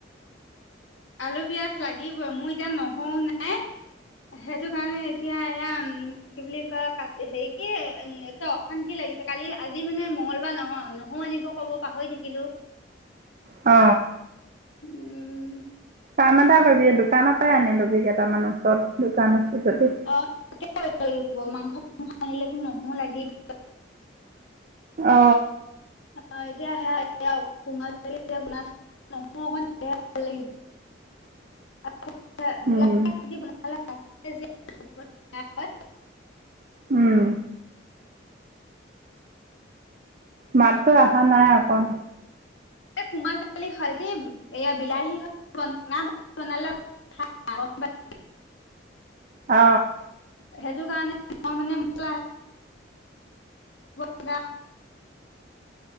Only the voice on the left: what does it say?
আলু পিঁয়াজ লাগিবই মোৰ এতিয়া নহৰু নাই। সেইটো কাৰণে এতিয়া এয়া কি বুলি কয় কাট হেৰি কি একে অশান্তি লাগিছে কালি আজি মানে মঙলবাৰ নহয় নহৰু আনিব ক'ব। পাহৰি থাকিলোঁ।
উম।
অ ত লাগ মাংস আনিলেতো নহৰু লাগিবই।
অ এতিয়া সেয়া কোমোৰা চবজি অকন বনাইছোঁ নহৰু অকণ দিলে ভাল লাগিব।
<unintelligible>
কোমোৰা জালি ভালকে এয়া বিলাহী হয় বনালে <unintelligible>
সেইটো কাৰণে মই মানে মছলা লগা